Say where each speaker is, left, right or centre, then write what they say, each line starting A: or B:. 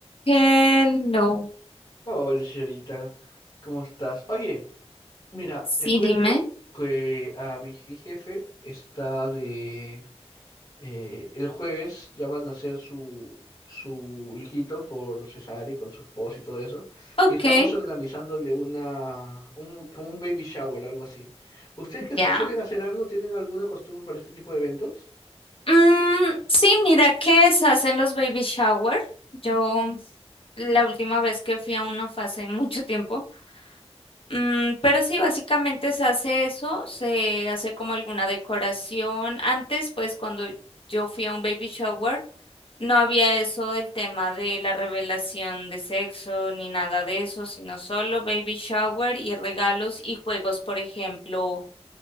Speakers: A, on the left (about 55°); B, on the left (about 35°).
A: Hello.
B: Hola, señorita, ¿cómo estás? Oye, mira,
A: Sí,
B: te cuento
A: dime.
B: que a mi je- jefe está de... eh, el jueves ya van a hacer su, su hijito por cesárea y con su esposa y todo eso,
A: Ok,
B: y estamos organizándole una... Un, como un baby shower, algo así. ¿Ustedes que su-
A: ya.
B: suelen hacer algo, tienen alguna costumbre para este tipo de eventos?
A: Mm, sí, mira que se hacen los baby shower. Yo la última vez que fui a uno fue hace <laughs> mucho tiempo. Mm, pero sí, básicamente se hace eso, se hace como alguna decoración. Antes, pues cuando yo fui a un baby shower, no había eso del tema de la revelación de sexo ni nada de eso, sino solo baby shower y regalos y juegos, por ejemplo.